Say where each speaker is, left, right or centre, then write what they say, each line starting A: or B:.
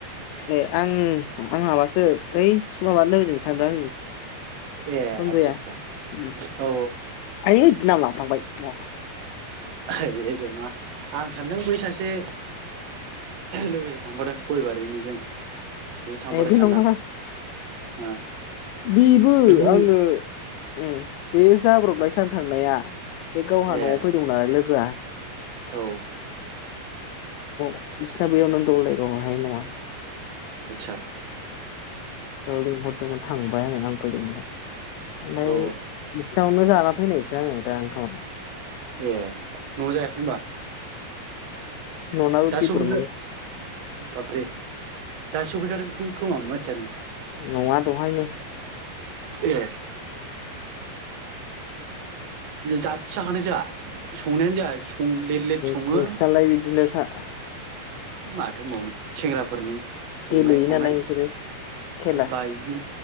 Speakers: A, on the left; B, on the right.
A: ए आं आं माबासो ओइ समाबार लोगोजोंसो आङो।
B: ए
A: होमजाया
B: आदसा आदसा
A: उम
B: औ
A: एत नाम लाफ्लांबाय। <unintelligible>
B: हे जङा आं सानदों बै सासे लोगोजों थांफादों गयबारिनिजों। बिदि थांफादों
A: ए बे
B: सानदां
A: नङा हा
B: ओ
A: बेबो
B: बेखौ
A: आङो उम बे जाब्रबनाय सान थांनाया। बे गावहा
B: ए
A: न'आव फैदोंमोन नालाय लोगोआ
B: औ
A: बिसना बेैयावनो दंलायगावाय आय न'आ
B: आतसा
A: औ लेंहर मोन थांबाय आं नांफैदों नामा आनाय
B: औ
A: बिस आवनो जाना फैनायसो आङो दा ओंखामा।
B: ए न'आव जायाखै होनबा?
A: न'नाबो
B: दा
A: बेदरमोन।
B: सफैखा बाबरे दा सफैखादों खोमा मानसियानो।
A: नङा दहायनो
B: ए दास्सो जाखांदों जोंहा। संनायानो जाया सं लेट लेट सङो।
A: नोंसिनालाय <inaudible>
B: माथो होमबावनो। सेंग्राफोरनि संनाय
A: गेलेयो
B: खावनाय
A: नालाय नोंसोरो खेला
B: बायदि